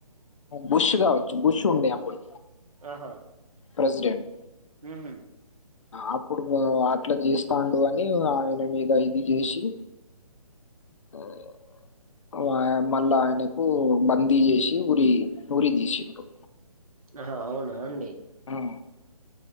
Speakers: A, on the left (about 55°); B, on the right (about 70°).
A: బుష్ కావచ్చు బుష్ ఉండే అప్పుడు
B: ఆహా
A: ప్రెసిడెంట్
B: మ్మహ్హ్
A: ఆప్పు అట్లా చేస్తాంట్ అని ఆయన మీద ఇది జేషి ఆ మళ్ళా ఆయనకు బందీ చేషి ఉరీ, ఉరీ దిషిండ్రు
B: ఆహ్ అవునా అండి
A: ఆ